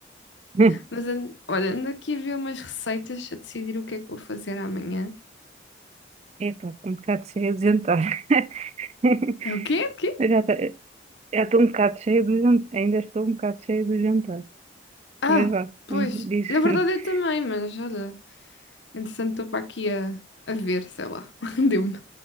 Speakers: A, on the right; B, on the left.
A: Hum.
B: Mas, ando- olha, ando aqui a ver umas receitas, a decidir o que é que vou fazer amanhã.
A: Epá, estou um bocado cheia de jantar. <laughs>
B: É o quê? O quê?
A: Eu Já tá- já estou um bocado cheia do jantar. Ainda estou um bocado cheia do jantar.
B: Ah,
A: Mas vá,
B: pois,
A: hum, diz.
B: na verdade
A: <laughs>
B: eu também, mas olha, entretanto estou para aqui a, a ver, sei lá. <laughs> Deu-me.